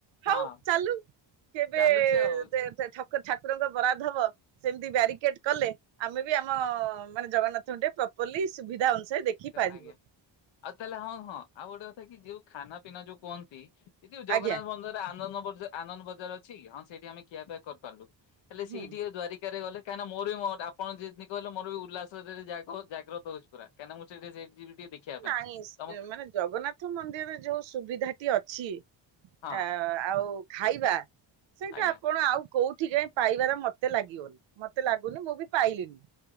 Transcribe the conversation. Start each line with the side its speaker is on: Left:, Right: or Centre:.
Right: ହଉ
Left: ହଁ
Right: ଚାଲୁ କେବେ
Left: ଚାଲୁଛି
Right: <unintelligible>
Left: ଆଉ
Right: ଠାକୁରଙ୍କ ବରାଦ ହବ ସେମିତି ବ୍ୟାରିକେଡ କଲେ ଆମେ ବି ଆମ ମାନେ ଜଗନ୍ନାଥଟେ ପ୍ରପରଲି ସୁବିଧା ଅନୁସାରେ ଦେଖି ପାରିବୁ।
Left: ଆଜ୍ଞା ଆଉ ତାହେଲେ ହଁ ହଁ ଆଉ ଗୋଟେ ଥା କିି ଯୋଉ ଖାନା ପିନା ଯୋଉ କୁହନ୍ତି। <unintelligible> ଜଗନ୍ନାଥ
Right: ଆଜ୍ଞା
Left: ମନ୍ଦିରରେ ଆନନ୍ଦ। <unintelligible> ଆନନ୍ଦ ବଜାର ଅଛି ହଁ ସେଇଠି ଆମେ ଖିଆପିଆ କରିପାରିଲୁ। ହେଲେ
Right: ହୁଁ
Left: ସେଇଠି ଦ୍ୱାରିକାରେ ଗଲେ କାହିଁକିନା ମୋର ମ ଆପଣ ଯେମିତି କହିଲେ ମୋର ବି ଉଲ୍ଲାସରେ ଜାଗ ଜାଗ୍ରତ ହଉଛି। ପୁରା କାଇଁକିନା ମୁଁ <unintelligible> ପାଇଁ
Right: ନାଇଁ
Left: ତମ
Right: ମାନେ ଜଗନ୍ନାଥ ମନ୍ଦିରରେ ଯୋଉ ସୁବିଧାଟି ଅ ଛିି
Left: ହଁ
Right: ଆ ଆଉ ଖାଇବା ସେଇଟା
Left: ଆଜ୍ଞା
Right: ଆପଣ ଆଉ କୋଉଠି କାଇଁ ପାଇବାର ମତେ ଲାଗିବନି ମତେ ଲାଗୁନି ମୁଁ ବି ପାଇଲିନି।